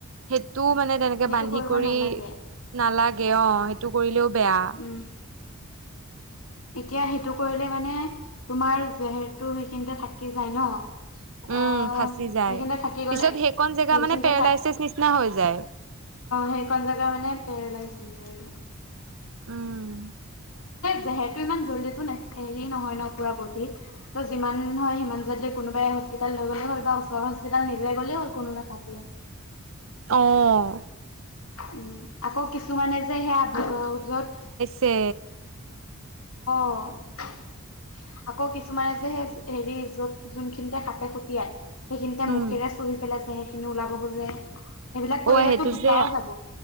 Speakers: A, on the right; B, on the left.
A: সেইটোও মানে তেনেকে
B: সেইটো
A: বান্ধি
B: কৰিব
A: কৰি
B: নালাগে
A: নালাগে অ সেইটো কৰিলেও বেয়া।
B: উম। এতিয়া সেইটো কৰিলে মানে তোমাৰ জেহেৰটো সেইখিনিতে থাকি যায় ন।
A: উম
B: অহ,
A: ফাঁচি যায়।
B: সেইখিনিতে থাকি গলে,
A: পিছত সেইকণ জেগা
B: সেইখিনিতে
A: মানে পেৰালাইচিছ
B: থাক
A: নিচিনা
B: অৱ',
A: হৈ যায়
B: সেইখন জেগা মানে পেৰালাইজ হৈ যায়।
A: উম।
B: জহেৰটো ইমান জল্দিটো হেৰি নহয় ন পুৰা বদিত, ত' যিমান হয় সিমান জল্দি কোনোবাই হস্পিতেল লৈ গ'লেই হ'ল বাও ওচৰৰ হস্পিতাল নিজে গ'লেই হ'ল কোনো নাথাকিলে।
A: অৱ।
B: উম, আকৌ কিছুমানে যে সেইয়া আ য'ত
A: তে'
B: অহ। আকৌ কিছুমানে যে সেই হেৰি য'ত যোনখিনিতে খাপে খুটিয়াই সেইখিনিতে
A: উম,
B: মুখেৰে চুহি পেলাই যে জেহেৰখিনি ওলাব খোজে। সেইবিলাক কৰিলেতো
A: অ আই সেইটোযে,
B: দুটাও যাব